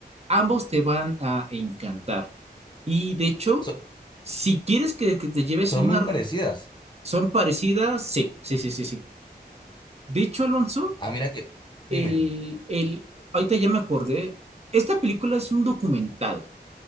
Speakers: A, on the right (about 40°); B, on the left (about 25°).
A: Ambos te van a encantar. Y de hecho,
B: So-
A: si quieres que, que te lleves
B: son
A: una
B: muy parecidas.
A: ¿Son parecidas? Sí, sí, sí, sí, sí. De hecho, Alonso,
B: Ah, mira que, dime,
A: el,
B: dime.
A: el, ahorita ya me acordé, esta película es un documental,